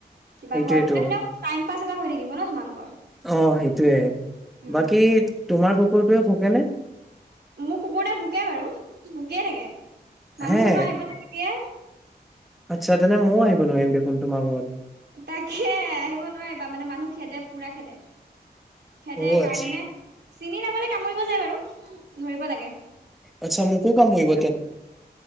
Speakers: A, on the right (about 80°); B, in the centre.
A: কিবা
B: সেইটোয়েতো
A: ঘৰতে টাইম পাছ এটা হৈ থাকিব ন তোমালোকৰ।
B: অ সেইটোয়ে
A: উম
B: বাকী তোমাৰ কুকুৰটোৱে ভকেনে?
A: মোক কুকুৰতে ভোকে বাৰু, ভোকিয়ে থাকে মানুহ
B: হে
A: চানুহ আহিবে।
B: আচ্ছা তেনে ময়ও আহিব নোৱাৰিম দেখোন তোমাৰ ঘৰত।
A: তাকে আহিব নোৱাৰিবা, মানে মানুহ খেদে পুৰা খেদে। খেদেকা
B: অ আচ্ছা
A: মানে চিনি নাবলে কামুৰিব যায় বাৰু ধৰিব লাগে'
B: আচ্ছা মোকো কামৰি।